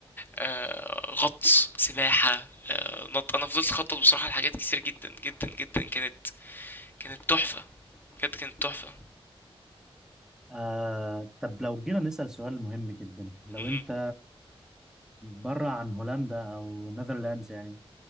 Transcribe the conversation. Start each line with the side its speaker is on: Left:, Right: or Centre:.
Left: آه غطس سباحة آه نط انا فضلت اخطط بصراحة لحاجات كتير جدا جدا جدا كانت كانت تحفة بجد كانت تحفة
Centre: آه، طب لو جينا نسأل سؤال مهم جدا لو
Left: مهم.
Centre: انت بره عن هولندا او نذرلاندز يعني